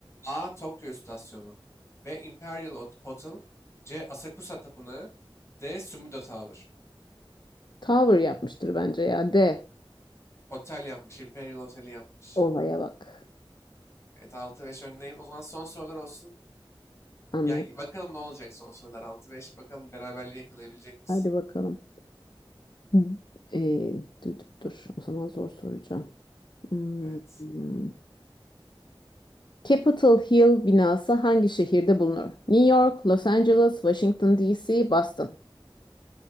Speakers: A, on the left (about 30°); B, on the left (about 55°).
A: A. Tokyo İstasyonu B. Imperial Hot- Hotel C. Asakusa Tapınağı D. Sumida Tower.
B: Tower yapmıştır bence ya. De.
A: Otel yapmış. Imperial Oteli yapmış.
B: Olaya bak.
A: Evet altı beş öndeyim. O zaman son sorular olsun.
B: Anlay.
A: Yani bakalım ne olacak son sorular altı beş. Bakalım beraberliği yakalayabilecek misin?
B: Hadi bakalım. Hı. Ee, dur, dur, dur. O zaman zor soracağım. Hmm,
A: Evet.
B: hmm. Capitol Hill binası hangi şehirde bulunur? New York, Los Angeles, Washington DC, Boston.